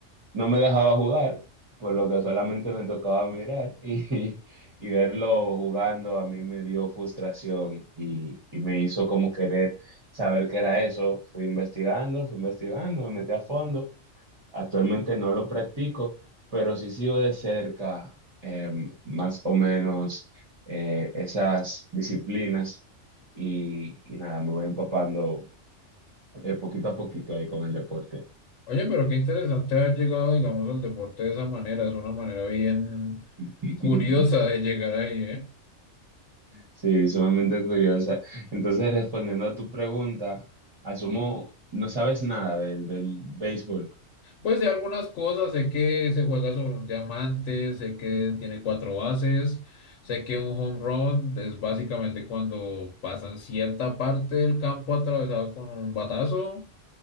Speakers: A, on the right; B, on the left.
A: no me dejaba jugar, por lo que solamente me tocaba mirar <laughs> y, y verlo jugando a mí me dio frustración y, y me hizo como querer saber qué era eso. Fui investigando, fui investigando, me metí a fondo. Actualmente no lo practico, pero sí sigo de cerca em, más o menos eh, esas disciplinas y, y nada, me voy empapando eh, poquito a poquito ahí con el deporte.
B: Oye, pero qué interesante haber llegado, digamos, al deporte de esa manera. Es una manera bien
A: <laughs>
B: curiosa de llegar ahí, ¿eh?
A: Sí, sumamente curiosa. Entonces, respondiendo a tu pregunta, asumo, no sabes nada del, del béisbol.
B: Pues sé algunas cosas, sé que se juega sobre un diamante, sé que tiene cuatro bases, sé que un home run es básicamente cuando pasan cierta parte del campo atravesado con un batazo,